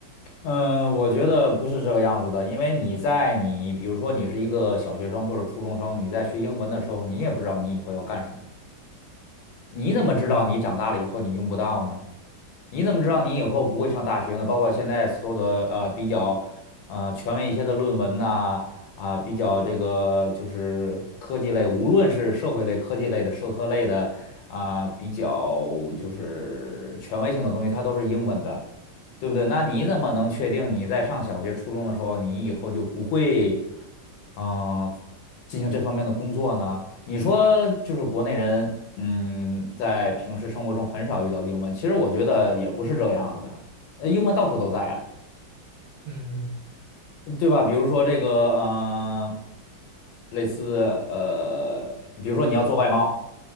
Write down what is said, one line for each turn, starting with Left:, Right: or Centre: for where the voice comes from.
Left: 嗯，我觉得不是这个样子的，因为你在你比如说你是一个小学生或者初中生，你在学英文的时候，你也不知道你以后要干什么，你怎么知道你长大了以后你用不到呢？
Right: 嗯
Left: 你怎么知道你以后不会上大学呢？
Right: 嗯
Left: 包括现在所有的呃比较呃权威一些的论文呐啊，比较这个就是科技类，无论是社会类、科技类的、社科类的啊，比较就是权威性的东西，它都是英文的，对不对？那你怎么能确定你在上小学、初中的时候，你以后就不会嗯、呃进行这方面的工作呢？你说就是国内人，嗯，在平时生活中很少遇到英文，其实我觉得也不是这样子的，呃英文到处都在呀，
Right: 嗯
Left: 对吧？比如说这个，嗯、类似呃，比如说你要做外贸，